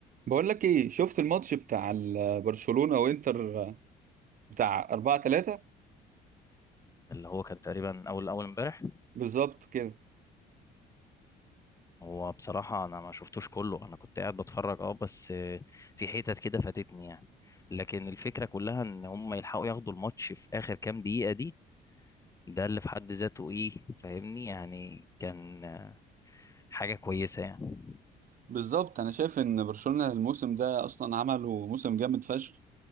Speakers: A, on the right; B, on the left.
A: بقول لك ايه شفت الماتش بتاع ال- برشلونة وانتر بتاع 4 3
B: اللي هو كان تقريبا اول اول امبارح
A: بالظبط كده
B: هو بصراحه انا ما شفتوش كله انا كنت قاعد بتفرج اه بس آه، في حتت كده فاتتني يعني لكن الفكره كلها ان هم يلحقوا ياخدوا الماتش في اخر كام دقيقه دي ده اللي في حد ذاته ايه فاهمني يعني كان آه، حاجه كويسه يعني
A: بالظبط انا شايف ان برشلونة الموسم ده اصلا عملوا موسم جامد فشخ